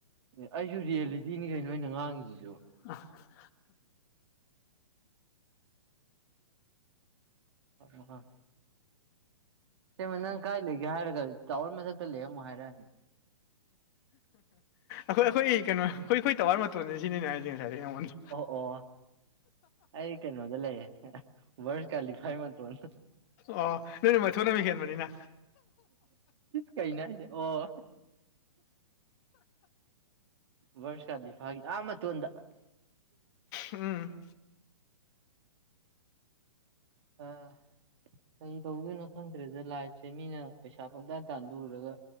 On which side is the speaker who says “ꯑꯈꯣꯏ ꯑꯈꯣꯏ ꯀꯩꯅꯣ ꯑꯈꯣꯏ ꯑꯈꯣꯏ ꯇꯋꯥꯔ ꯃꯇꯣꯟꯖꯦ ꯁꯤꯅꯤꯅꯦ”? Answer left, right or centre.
Left